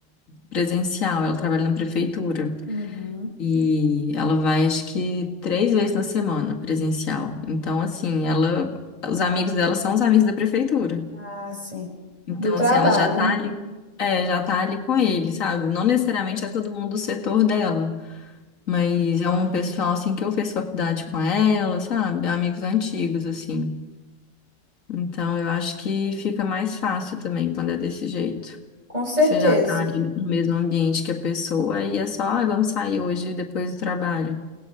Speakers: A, on the left; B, on the right.
A: presencial, ela trabalha na prefeitura.
B: Uhum.
A: E ela vai, acho que, três vezes na semana presencial. Então, assim, ela, os amigos dela são os amigos da prefeitura.
B: Ah, sim.
A: Então,
B: Do trabalho,
A: assim, ela já tá
B: né?
A: ali, é, já tá ali com ele, sabe? Não necessariamente é todo mundo do setor dela, mas é um pessoal, assim, que eu fiz faculdade com ela, sabe? Amigos antigos, assim. Então, eu acho que fica mais fácil também quando é desse jeito.
B: Com certeza.
A: Você já tá ali no mesmo ambiente que a pessoa e é só, ah, vamos sair hoje depois do trabalho.